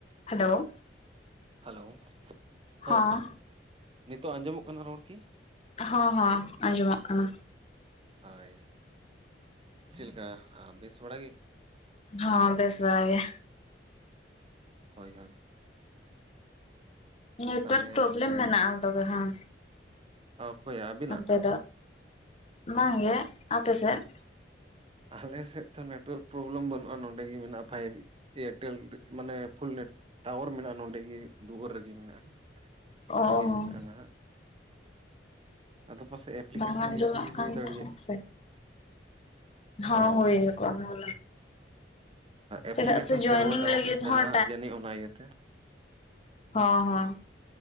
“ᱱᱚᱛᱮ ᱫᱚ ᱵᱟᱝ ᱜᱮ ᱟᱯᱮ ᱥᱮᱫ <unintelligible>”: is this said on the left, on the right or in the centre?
Left